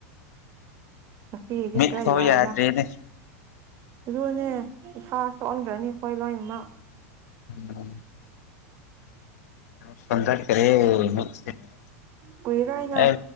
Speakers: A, on the right (about 30°); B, on the left (about 75°).
A: ꯉꯁꯤꯒꯤꯗꯤ
B: ꯃꯤꯠ
A: ꯈꯔꯥ
B: ꯐꯥꯎ
A: ꯌꯥꯌꯦꯗ
B: ꯌꯥꯗ꯭ꯔꯦꯅꯦ
A: ꯑꯗꯨꯨꯅꯦ ꯏꯁꯥ ꯁꯣꯛꯍꯟꯈꯔꯅꯤ ꯑꯩꯈꯣꯏ ꯂꯣꯏꯅꯃꯛ
B: <inaudible> <unintelligible>
A: ꯀꯣꯏꯔꯏꯅ
B: ꯑꯩ